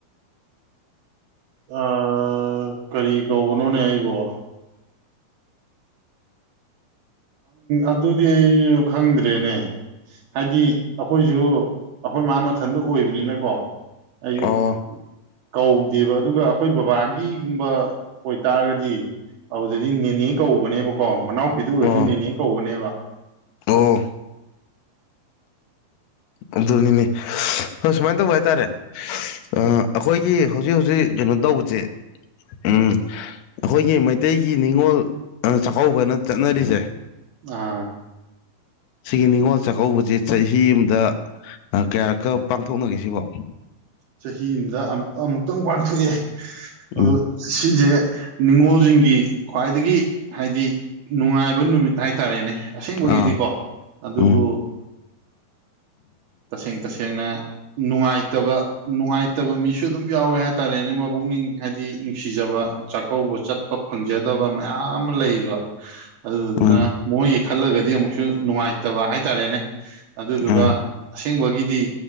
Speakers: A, on the right; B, on the left.
A: ꯑ ꯀꯔꯤ ꯀꯧꯕꯅꯣꯅꯦ ꯑꯩꯕꯣ ꯑꯗꯨꯗꯤꯁꯨ ꯈꯪꯗ꯭ꯔꯦꯅꯦ ꯍꯥꯏꯗꯤ ꯑꯩꯈꯣꯏꯁꯨ ꯑꯩꯈꯣꯏ ꯃꯥ ꯃꯊꯟꯗ ꯑꯣꯏꯕꯅꯤꯅꯀꯣ ꯑꯩꯁꯨ
B: ꯑꯣ
A: ꯀꯧꯗꯦꯕ ꯑꯗꯨꯒ ꯑꯩꯈꯣꯏ ꯕꯕꯥꯒꯤꯒꯨꯝꯕ ꯑꯣꯏꯇꯥꯔꯒꯗꯤ ꯑꯗꯨꯗꯗꯤ ꯅꯦꯅꯦ ꯀꯧꯕꯧꯒꯅꯦꯕꯀꯣ ꯃꯅꯥꯎ ꯑꯗꯨ ꯑꯣꯏꯔꯁꯨ
B: ꯑꯣ
A: ꯅꯤꯅꯦ ꯀꯧꯕꯧꯅꯦꯕ inaudible
B: ꯑꯣ ꯑꯕꯗꯨꯜ ꯅꯤꯅꯤ ꯍꯣꯏ ꯁꯨꯃꯥꯏꯅ ꯇꯧꯕ ꯍꯥꯏꯇꯥꯔꯦ ꯑꯩꯈꯣꯏꯒꯤ ꯍꯧꯖꯤꯛ ꯍꯧꯖꯤꯛ ꯀꯩꯅꯣ ꯇꯧꯕꯁꯦ ꯎ ꯑꯩꯈꯣꯏꯒꯤ ꯃꯩꯇꯩꯒꯤ ꯅꯤꯡꯅꯤꯉꯣꯜ ꯆꯥꯛꯀꯧꯕꯅ ꯆꯠꯅꯔꯤꯁꯦ
A: ꯑꯥ
B: ꯁꯤꯒꯤ ꯅꯤꯉꯣꯜ ꯆꯥꯛꯀꯧꯕꯁꯤ ꯆꯍꯤ ꯑꯃꯗ ꯀꯌꯥꯔꯛꯀ ꯄꯥꯡꯊꯣꯛꯅꯒꯁꯤꯕꯣ
A: ꯆꯍꯤ ꯑꯃꯗ ꯑꯃꯨꯛꯇꯪ ꯄꯥꯡꯊꯣꯛꯑꯦ
B: ꯎꯝ
A: ꯑꯗꯨ ꯁꯤꯖꯦ ꯅꯤꯡꯅꯤꯉꯣꯜꯁꯤꯡꯒꯤ ꯈ꯭ꯋꯥꯏꯗꯒꯤ ꯍꯥꯏꯗꯤ ꯅꯨꯡꯉꯥꯏꯕ ꯅꯨꯃꯤꯠ ꯍꯥꯏꯇꯥꯔꯦꯅꯦ ꯑꯁꯦꯡꯕꯒꯤꯗꯤꯀꯣ
B: ꯑꯥ
A: ꯑꯗꯨꯕꯨ
B: ꯎꯝ
A: ꯇꯁꯦꯡ ꯇꯁꯦꯡꯅ ꯅꯨꯡꯉꯥꯏꯇꯕ ꯉꯥꯥꯏꯇꯕ ꯃꯤꯁꯨ ꯑꯗꯨꯝ ꯌꯥꯎꯋꯦ ꯍꯥꯏ ꯍꯥꯏ ꯇꯥꯔꯦꯅꯦ ꯃꯕꯨꯛꯅꯤꯡ ꯍꯥꯏꯗꯤ ꯅꯨꯡꯁꯤꯖꯕ ꯆꯥꯛꯀꯧꯕ ꯆꯠꯄ ꯐꯪꯖꯗ ꯗꯕ ꯃꯌꯥꯝ ꯂꯩꯕ ꯑꯗꯨꯗꯨꯅ
B: ꯑꯥ
A: ꯃꯣꯏꯒꯤ ꯈꯜꯂꯒꯗꯤ ꯑꯃꯨꯛ ꯅꯨꯡꯉꯥꯏꯇꯕ ꯍꯥꯏꯇꯥꯔꯦꯅꯦ ꯑꯗꯨꯗꯨꯒ
B: ꯑꯥ
A: ꯑꯁꯦꯡꯕꯒꯤꯗꯤ